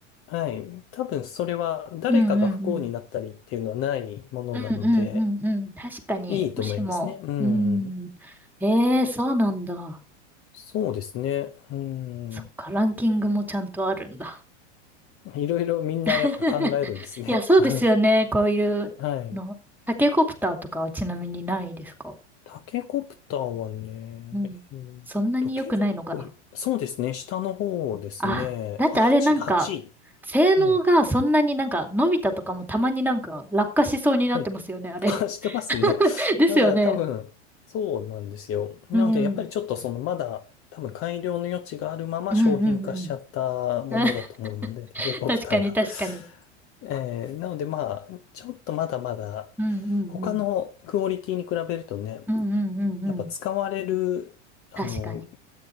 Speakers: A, on the left (about 40°); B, in the centre.
A: はい。多分それは誰かが不幸になったりっていうのはないものなので、
B: うんうんうん。うんうんうんうん。確かに、
A: いいと思いますね。
B: もしも、
A: うん。
B: うん。ええそうなんだ。
A: そうですね。うん。
B: そっか、ランキングもちゃんとあるんだ。
A: いろいろみんなやっぱ考えるんですね。
B: <laughs> いや、そうですよね。
A: <laughs>
B: こういうの。
A: はい。
B: タケコプターとかはちなみにないですか
A: タケコプターはね、
B: うん。
A: えーっと、
B: そんなに良くないのかな
A: 結構、そうですね。下の方ですね。
B: あ、だってあれなんか、
A: あ、8、はちい
B: 性能がそんなになんか、
A: ええ。
B: のび太とかもたまになんか落下しそうになってますよね、
A: はい。
B: あれ。
A: あしてますね。<laughs>
B: <laughs> ですよね。
A: だから多分、そうなんですよ。なので、
B: うん。
A: やっぱりちょっとその、
B: うん
A: まだ、多分改良の余地があるまま商品化しちゃったものだと思うので、
B: うんうん。<laughs>
A: タケコプターが。
B: 確かに確かに。
A: <laughs> えーなので、まあ、ちょっとまだまだ、
B: うんうんうん。
A: 他のクオリティに比べるとね、
B: うんうんうんうん。
A: やっぱ使われる、あの、
B: 確かに。